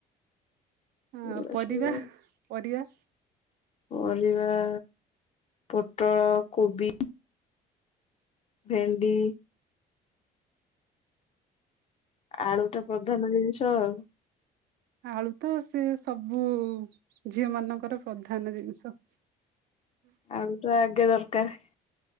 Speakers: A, on the right (about 70°); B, on the left (about 35°).
A: ହଁ
B: ଏଗୁଡା
A: ପରିବା
B: ସବୁ
A: ପରିବା।
B: ପରିବା ପୋଟଳ କୋବି। ଭେଣ୍ଡି। ଆଳୁ ଟା ପ୍ରଧାନ ଜିନିଷ ଆଉ।
A: ଆଳୁ ତ ସେ ସବୁ ଝିଅ ମାନଙ୍କର ପ୍ରଧାନ ଜିନିଷ।
B: ଆଳୁ ଟା ଆଗେ ଦରକାର।